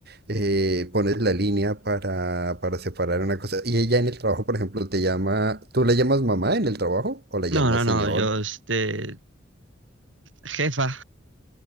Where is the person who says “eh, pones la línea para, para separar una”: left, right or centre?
Right